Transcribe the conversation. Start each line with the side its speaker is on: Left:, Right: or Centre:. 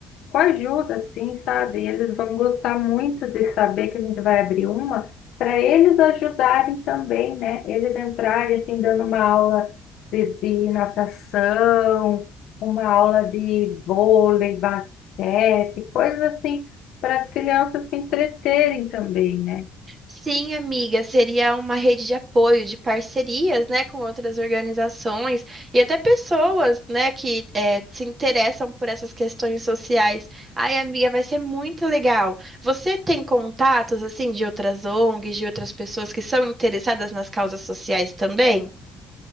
Left: com ajuda, assim, sabe? Eles vão gostar muito de saber que a gente vai abrir uma, para eles ajudarem também, né? Eles entrarem, assim, dando uma aula de, de natação, uma aula de vôlei, basquete, coisas assim, para as crianças se entreterem também, né?
Right: Sim, amiga, seria uma rede de apoio, de parcerias, né, com outras organizações e até pessoas, né, que eh, se interessam por essas questões sociais. Ai, amiga, vai ser muito legal. Você tem contatos, assim, de outras ONGs, de outras pessoas que são interessadas nas causas sociais também?